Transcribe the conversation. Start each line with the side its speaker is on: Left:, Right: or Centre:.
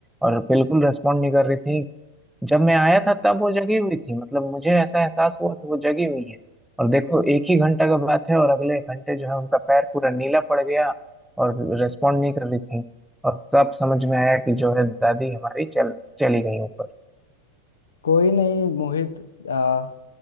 Centre: और बिल्कुल रेस्पॉन्ड नहीं कर रही थी जब मैं आया था तब वो जगी हुई थी मतलब मुझे ऐसा एहसास हुआ कि वो जगी हुई है और देखो एक ही घंटा का बात है और अगले घंटे जो है उनका पैर पूरा नीला पड़ गया और रेस्पॉन्ड नहीं कर रही थी और तब समझ में आया कि जो है दादी हमारी चल चली गई ऊपर
Left: कोई नहीं मोहित आ,